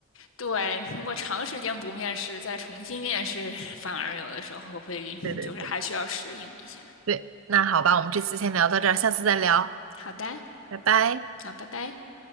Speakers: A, on the left; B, on the right.
A: 对，通过长时间不面试，再重新面试，反而有的时候会就是还需要适应一下。
B: 对对对，对，那好吧，我们这次先聊到这儿，下次再聊，
A: 好的，
B: 拜拜。
A: 那拜拜。